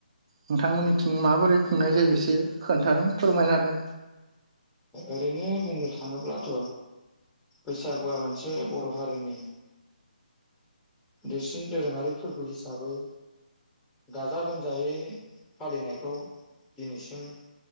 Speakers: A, on the right; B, in the centre.
A: नोंथांमोननि थिं माबोरै खुंनाय जायो एसे खोन्थादों फोरमायनो होदों
B: ओरैनो बुंनो थाङोब्लाथ' बैसागुआ मोनसे बर' हारिनि देरसिन दोरोङारि फोरबो हिसाबै गाजा गोमजायै फालिनायखौ दिनैसिम